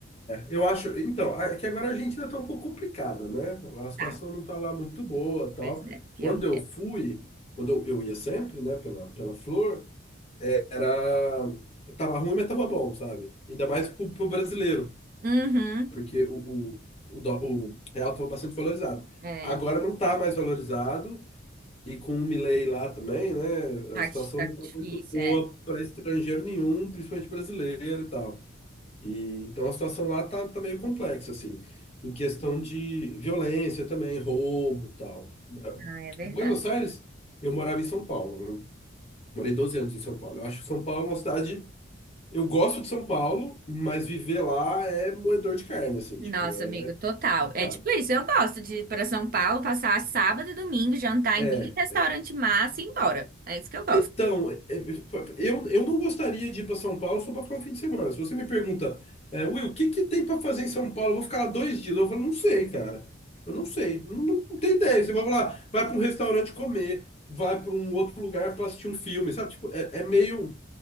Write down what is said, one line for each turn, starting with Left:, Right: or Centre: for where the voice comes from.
Left: Eu acho, então, é que agora a Argentina tá um pouco complicada, né? Lá A situação
Right: Tá,
Left: não tá lá muito boa, tal.
Right: pois é, pior
Left: Quando eu
Right: que é.
Left: fui, quando eu, eu ia sempre, né, pela, pela Flor, é, era tava ruim, mas tava bom, sabe? Ainda mais pro, pro brasileiro,
Right: Uhum.
Left: porque o, o, o, dó- o real tava bastante valorizado.
Right: É,
Left: Agora não tá mais valorizado e com o Milei lá também, né?
Right: tá,
Left: A situação
Right: tá
Left: não tá
Right: difícil,
Left: muito boa
Right: é.
Left: para estrangeiro nenhum, principalmente brasileiro e tal. E, então a situação lá tá, tá meio complexa, assim, em questão de violência também, roubo e tal. Eh,
Right: Ah, é verdade.
Left: Buenos Aires, eu morava em São Paulo, né? Morei 12 anos em São Paulo. Eu acho que São Paulo é uma cidade. Eu gosto de São Paulo, mas viver lá é moedor de carne, assim,
Right: Nossa,
Left: tipo, é
Right: amigo, total.
Left: complicado.
Right: É tipo isso, eu gosto de ir pra São Paulo, passar sábado e domingo, jantar
Left: É,
Right: em bem restaurante massa e ir embora. É isso que eu gosto.
Left: Então, é- é- eu, eu não gostaria de ir para São Paulo só para ficar um fim de semana. Se você me pergunta, é, Will, o que que tem para fazer em São Paulo? Eu vou ficar lá dois dias. Eu falo, não sei, cara. Eu não sei. Não, não, não tenho ideia. Você vai lá, vai para um restaurante comer, vai para um outro lugar para assistir um filme, sabe? Tipo, é, é meio.